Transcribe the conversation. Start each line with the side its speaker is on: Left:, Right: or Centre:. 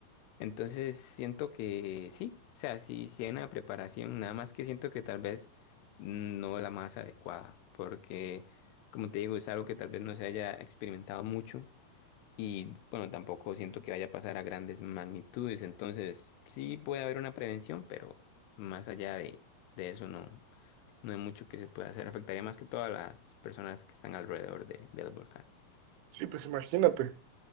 Left: Entonces siento que sí, o sea, sí, sí hay una preparación, nada más que siento que tal vez no la más adecuada, porque como te digo, es algo que tal vez no se haya experimentado mucho y bueno, tampoco siento que vaya a pasar a grandes magnitudes, entonces sí puede haber una prevención, pero más allá de, de eso no, no hay mucho que se pueda hacer, afectaría más que todas las personas que están alrededor de, de los volcanes.
Right: Sí, pues imagínate.